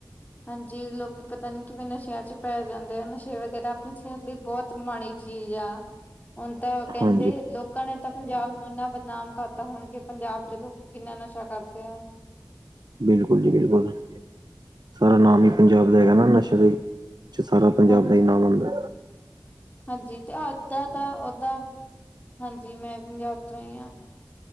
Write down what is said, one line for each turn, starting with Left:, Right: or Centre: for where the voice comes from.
Left: ਹਾਂਜੀ ਲੋਕੀ ਪਤਾ ਨੀ ਕਿਵੇਂ ਨਸ਼ਿਆਂ ਚ ਪੈ ਜਾਂਦੇ ਆ ਨਸ਼ੇ ਵਗੈਰਾ ਆਪਣੀ ਸਿਹਤ ਲਈ ਬੋਤ ਮਾੜੀ ਚੀਜ਼ ਆ ਹੁਣ ਤਾਂ ਕਹਿੰਦੇ
Right: ਹਾਂਜੀ
Left: ਲੋਕ ਲੋਕਾਂ ਨੇ ਤਾਂ ਪੰਜਾਬ ਨੂੰ ਇੰਨਾ ਬਦਨਾਮ ਕਰਤਾ ਹੁਣ ਕਿ ਪੰਜਾਬ ਚ ਲੋਕ ਕਿੰਨਾ ਨਸ਼ਾ ਕਰਦੇ ਆ।
Right: ਬਿਲਕੁਲ ਜੀ ਬਿਲਕੁਲ ਸਾਰਾ ਨਾਮ ਈ ਪੰਜਾਬ ਦਾ ਹੈਗਾ ਨਾ ਨਸ਼ੇ ਦੇ ਚ ਸਾਰਾ ਪੰਜਾਬ
Left: ਹਾਂ
Right: ਦਾ ਈ ਨਾਮ ਆਉਦਾ
Left: ਹਾਂਜੀ ਤੇ ਤਾਦਾਂ ਤਾਂ ਓਦਾਂ ਹਾਂਜੀ ਮੈਂ ਪੰਜਾਬ ਤੋਂ ਈ ਆ